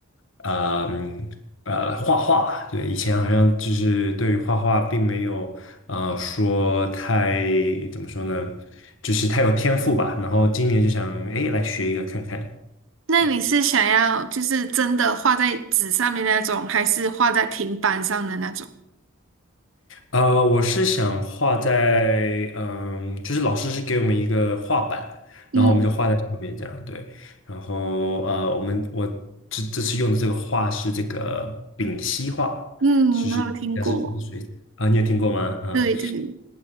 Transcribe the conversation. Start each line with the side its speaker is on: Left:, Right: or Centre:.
Left: 呃嗯呃画画。对，以前好像就是对于画画并没有呃说太怎么说呢，就是太有天赋吧。然后今年就想哎来学一个看看。
Right: 那你是想要就是真的画在纸上面那种，
Left: 对。
Right: 还是画在平板上的那种？
Left: 呃，我是想画在，嗯，就是老师是给我们一个画板，
Right: 嗯
Left: 然后我们就画在上面这样，对。然后呃，我们我这这次用的这个画是这个丙烯画，
Right: 嗯，
Left: 就是但是水啊，
Right: 我有听过。
Left: 你有听过吗？嗯，
Right: 对对，